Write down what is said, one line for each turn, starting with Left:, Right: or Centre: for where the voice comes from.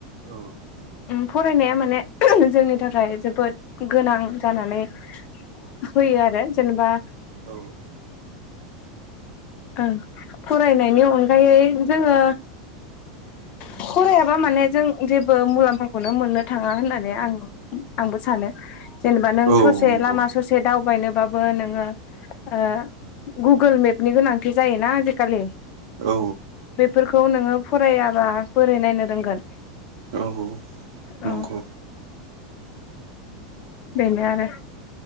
Right: औ
Left: ओम फरायनाया माने जोंनि थाखाय जोबोद गोनां जानानै होयो आरो जेनेबा
Right: औ
Left: ओं फरायनायनि अन गायै जोङो फरायाबा माने जों जेबो मुलाम्फाखौनो मोननो थाङा होननानै आं आंबो सानो। जेनेबा नों
Right: औ
Left: ससे
Right: नंगौ
Left: लामा ससे दाउ बायनोबाबो नोङो ओ गुगोल मेपनि गोनांथि जायोना आजिखालि
Right: औ
Left: फोरखौ नोङो फरायाबा बोरै नायनो रोंगोन
Right: औ नंगौ
Left: औ बेनो आरो